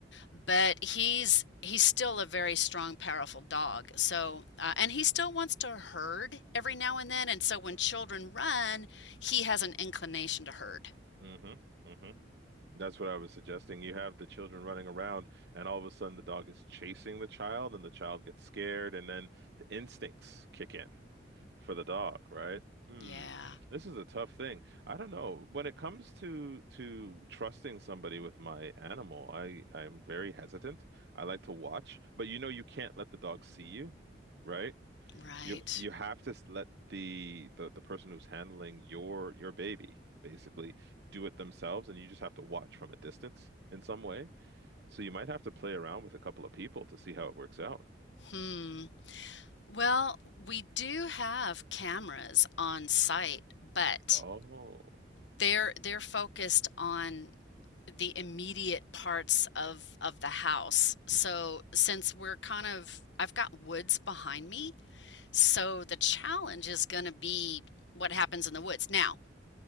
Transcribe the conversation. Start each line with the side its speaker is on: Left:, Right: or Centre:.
Left: but he's he's still a very strong, powerful dog. So, uh, and he still wants to herd every now and then. And so, when
Right: Mm-hmm.
Left: children run, he has an inclination to herd.
Right: Mm-hmm. Mm-hmm. That's what I was suggesting. You have the children running around, and all of a sudden the dog is chasing the child, and the child gets scared, and then the instincts kick in for the dog, right? Hmm.
Left: Yeah,
Right: This is a tough thing. I don't know. When it comes to to trusting somebody with my animal, I I'm very hesitant. I like to watch, but you know you can't let the dog see you, right?
Left: right.
Right: you you have to s- let the, the the person who's handling your your baby basically do it themselves, and you just have to watch from a distance in some way. So you might have to play around with a couple of people to see how it works out.
Left: Hmm. Well, we do have cameras on site, but
Right: Oh.
Left: they're they're focused on the immediate parts of of the house. So, since we're kind of I've got woods behind me, So the challenge is going to be what happens in the woods. Now,